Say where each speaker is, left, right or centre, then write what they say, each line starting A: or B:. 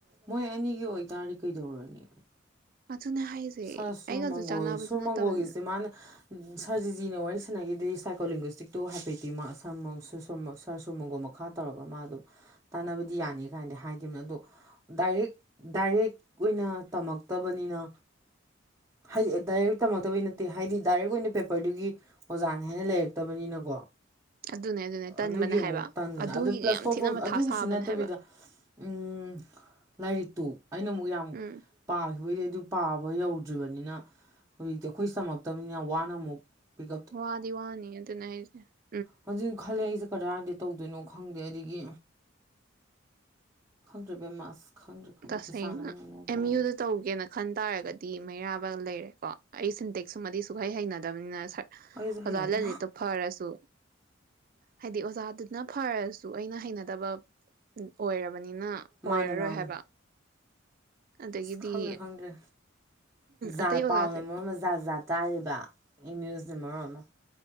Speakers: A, on the right; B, on the right.
A: ꯃꯣꯏ ꯑꯅꯤꯒꯤ ꯑꯣꯏꯇꯥꯔ ꯀꯩꯗꯧꯔꯅꯤ
B: ꯑꯗꯨꯅꯦ ꯍꯥꯏꯁꯦ
A: ꯁꯥꯔ ꯁꯨꯔ
B: ꯑꯩꯒꯁꯨ
A: ꯃꯪꯒꯣꯜ
B: ꯆꯥꯟꯅꯕꯁꯨ
A: ꯁꯨꯔ
B: ꯅꯠꯇꯕꯅꯤꯅ
A: ꯃꯪꯒꯣꯜꯒꯤꯁꯦ ꯃꯥꯅ ꯁꯥꯔꯖꯤꯖꯤꯅ ꯋꯥꯔꯤ ꯁꯥꯟꯅꯈꯤꯗ ꯁꯥꯏꯀꯣꯂꯤꯡꯒꯁꯇꯤꯛꯇꯣ ꯍꯥꯏꯐꯦꯠꯇꯤ ꯃꯥ ꯁ ꯁ ꯁꯔ ꯁꯨꯝ ꯃꯪꯒꯨꯝ ꯃꯈꯥ ꯇꯧꯔꯒ ꯃꯥ ꯑꯗꯨꯝ ꯇꯥꯟꯅꯕꯗꯤ ꯌꯥꯅꯤ ꯀꯥꯏꯅꯗꯤ ꯍꯥꯏꯈꯤꯕꯅ ꯑꯗꯣ ꯗꯥꯏꯔꯦꯛ ꯗꯥꯏꯔꯦꯛ ꯑꯣꯏꯅ ꯇꯝꯃꯛꯇꯕꯅꯤꯅ ꯍꯥꯏꯗꯤ ꯗꯥꯏꯔꯦꯛ ꯇꯝꯃꯛꯇꯕꯩ ꯅꯠꯇꯦ ꯍꯥꯏꯗꯤ ꯗꯥꯏꯔꯦꯛ ꯑꯣꯏꯅ ꯄꯦꯄꯔꯗꯨꯒꯤ ꯑꯣꯖꯥꯅ ꯍꯥꯏꯅ ꯂꯩꯔꯛꯇꯕꯅꯤꯅꯀꯣ
B: ꯑꯗꯨꯅꯦ ꯑꯗꯨꯅꯦ ꯇꯟꯕꯅꯦ
A: ꯑꯗꯨꯒꯤ ꯑꯃꯨꯛ
B: ꯍꯥꯏꯕ
A: ꯇꯥꯟꯕꯅ
B: ꯑꯗꯨꯒꯤꯒ
A: ꯑꯗꯨ ꯄ꯭ꯂꯁ
B: ꯌꯥꯝ
A: ꯇꯞ
B: ꯊꯤꯅ ꯃꯊꯥ
A: ꯑꯗꯨꯒꯤꯁꯨ
B: ꯁꯥꯕꯅꯦ
A: ꯅꯠꯇꯕꯤꯗ
B: ꯍꯥꯏꯕ
A: ꯎꯝ ꯂꯥꯏꯔꯤꯛꯇꯨ ꯑꯩꯅ ꯑꯃꯨꯛ ꯌꯥꯝ
B: ꯎꯝ
A: ꯄꯥꯈꯤꯕꯩꯗꯤ ꯑꯗꯨ ꯄꯥꯕ ꯐꯕ ꯌꯧꯗ꯭ꯔꯤꯕꯅꯤꯅ ꯍꯧꯖꯤꯛꯇꯤ ꯑꯩꯈꯣꯏ ꯆꯝꯃꯛꯇꯕꯅꯤꯅ ꯋꯥꯅ ꯑꯃꯨꯛ ꯄꯤꯛ
B: ꯋꯥꯗꯤ ꯋꯥꯅꯤ ꯑꯗꯨꯅꯁ ꯍꯥꯏꯖꯦ ꯫
A: ꯍꯧꯖꯤꯛ ꯈꯜꯂꯦ ꯑꯩꯖꯦ ꯀꯗꯥꯏꯗ ꯇꯧꯗꯣꯏꯅꯣ ꯈꯪꯗꯦ ꯑꯗꯒꯤ ꯈꯪꯗ꯭ꯔꯑꯦ ꯕꯦꯝꯃꯥ ꯑꯁ ꯈꯪꯗ꯭ꯔꯦ ꯈꯪꯗ꯭ꯔꯦ
B: ꯇꯁꯦꯡꯅ
A: ꯄꯩꯁꯥꯅ ꯃꯔꯣꯟ ꯑꯃ
B: ꯑꯦꯝ ꯌꯨꯗ ꯇꯧꯒꯦꯅ ꯈꯟ ꯇꯥꯔꯒꯗꯤ ꯗꯤ ꯃꯩꯔꯥꯕ ꯂꯩꯔꯦꯀꯣ ꯑꯩ ꯁꯤꯟꯇꯦꯛ ꯁꯃꯗꯤ ꯁꯨꯛꯍꯩ ꯍꯩꯅꯗꯕꯅꯤꯅ ꯑꯣꯖꯥ
A: ꯑꯩꯁꯨ ꯍꯩꯅꯗꯦ
B: ꯂꯂꯤꯠꯇꯣ ꯐꯔꯁꯨ ꯍꯥꯏꯗꯤ ꯑꯣꯖꯥꯗꯨꯅ ꯐꯔꯁꯨ ꯑꯩꯅ ꯍꯩꯅꯗꯕ ꯑꯣꯏꯔ ꯕꯅꯤꯅ ꯑꯣꯏꯔꯔꯣꯏ
A: ꯃꯥꯅꯦ ꯃꯥꯅꯦ
B: ꯍꯥꯏꯕ꯫ ꯑꯗꯒꯤꯗꯤ
A: ꯑꯁ ꯈꯪꯗ꯭ꯔꯦ ꯈꯪꯗ꯭ꯔꯦ ꯖꯥꯠ
B: ꯑꯇꯩ ꯑꯣꯖꯥꯁꯦ
A: ꯄꯥꯎꯅ ꯃꯔꯝꯗ ꯖꯥꯠ - ꯖꯥꯠ ꯇꯥꯔꯤ ꯕꯥ ꯑꯝ ꯌꯨ ꯖꯤꯟ ꯃꯔꯣꯟ ꯑꯃ꯫